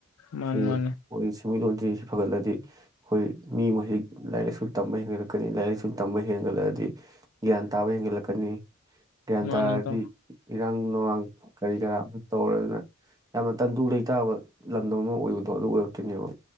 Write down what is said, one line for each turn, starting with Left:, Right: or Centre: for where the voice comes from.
Left: ꯃꯥꯅꯤ
Right: ꯑꯣꯏꯣꯏ
Left: ꯃꯥꯅꯤ
Right: ꯁꯤ ꯁꯦꯟꯃꯤꯠꯂꯣꯟꯁꯤ ꯐꯒꯠꯂꯗꯤ ꯑꯩꯈꯣꯏ ꯃꯤ ꯃꯍꯤꯛ ꯂꯥꯏꯔꯤꯛ ꯂꯥꯏꯁꯨ ꯇꯝꯕ ꯍꯦꯟꯒꯠꯂꯛꯀꯅꯤ ꯂꯥꯏꯔꯤꯛ ꯂꯥꯏꯁꯨ ꯇꯝꯕ ꯍꯦꯟꯒꯠꯂꯛꯑꯗꯤ ꯒ꯭ꯌꯥꯟ ꯇꯥꯕ ꯍꯦꯟꯒꯠꯂꯛꯀꯅꯤ ꯒ꯭ꯌꯥꯟ
Left: ꯃꯥꯅꯤ
Right: ꯇꯥꯔꯗꯤ
Left: ꯏꯇꯥꯎ
Right: ꯏꯔꯥꯡ ꯅꯨꯅꯨꯡꯍꯥꯡ ꯀꯔꯤ ꯀꯔꯥ ꯑꯃ ꯇꯧꯔꯗꯅ ꯌꯥꯝꯅ ꯇꯟꯗꯨ ꯂꯩꯇꯥꯕ ꯂꯝꯗꯝ ꯑꯃ ꯑꯣꯏꯕꯗꯣ ꯑꯗꯨ ꯑꯣꯏꯔꯛꯇꯣꯏꯅꯦꯕ